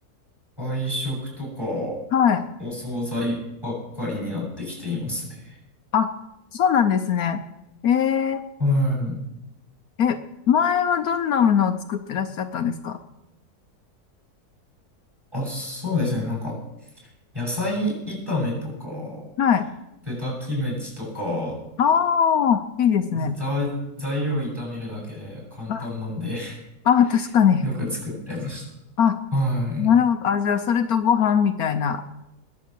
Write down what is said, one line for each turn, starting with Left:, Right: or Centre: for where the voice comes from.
Right: 外食とか
Left: はい。
Right: お惣菜ばっかりになってきていますね。
Left: あ、そうなんですね。えー、
Right: はい。
Left: え、前はどんなものを作ってらっしゃったんですか
Right: あ、そうですね。なんか、野菜炒めとか、
Left: はい。
Right: 豚キムチとか、
Left: ああ、いいですね。
Right: ざ材料炒めるだけで簡単なんで
Left: あ、
Right: <laughs>
Left: あ、確かに。
Right: よく作ってまし
Left: あ、
Right: た。はい。
Left: なるほど。あ、じゃあ、それとご飯みたいな